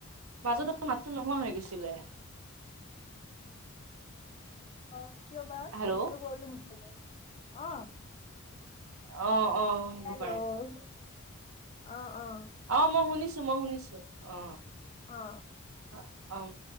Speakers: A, on the right (about 80°); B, on the left (about 30°).
A: মাজত আ, মাতটো নোহোৱা হৈ গৈছিলে।
B: <inaudible> অ, কিয় বা
A: হেল্ল'
B: নেটটো পবলেম হৈছে ছাগে। অ,
A: অ অ
B: হেল্ল',
A: হ'ব পাৰে
B: অ-অ-অ।
A: অ, মই শুনিছো -মই শুনিছো। অ,
B: অ
A: অম